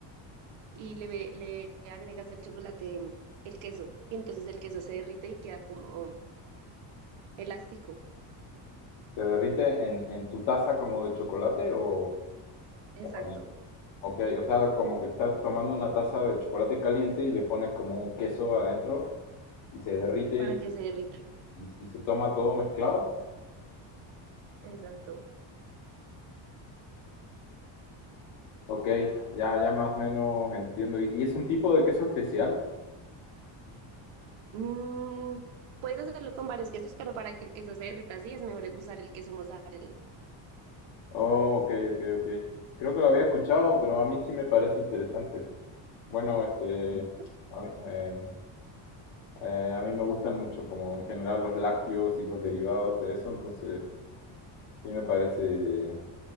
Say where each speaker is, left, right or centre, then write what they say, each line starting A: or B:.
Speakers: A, on the right; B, on the left.
A: y le, ve- le agregas al chocolate mm, el queso. Y entonces el queso se derrite y queda como elástico.
B: ¿Se derrite en, en tu taza como de chocolate o, o
A: Exacto,
B: Ok, o sea, como que estás tomando una taza de chocolate caliente y le pones como un queso adentro y se derrite
A: para
B: y,
A: que se derrita.
B: y- y se toma todo mezclado.
A: Exacto.
B: Ok, ya, ya más o menos entiendo. ¿Y, y es un tipo de queso especial?
A: Mm, puedes hacerlo con varios quesos, pero para que el queso se derrita así es mejor usar el queso mozzarella.
B: Oh, ok, ok, ok. Creo que lo había escuchado, pero a mí sí me parece interesante. Bueno, este,
A: Ujú.
B: a mí, eh, eh, a mí me gustan mucho como en general los lácteos y los derivados de eso, entonces sí me parece,